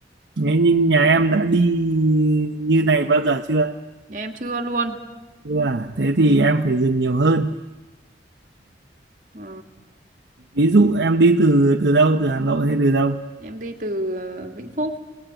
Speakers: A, on the right; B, on the right.
A: Thế nhưng nhà em đã đi như này bao giờ chưa
B: Nhà em chưa luôn.
A: Ừ à, thế thì em phải dừng nhiều hơn.
B: Ờ,
A: Ví dụ em đi từ từ đâu, từ Hà Nội hay từ đâu?
B: em đi từ ờ, Vĩnh Phúc.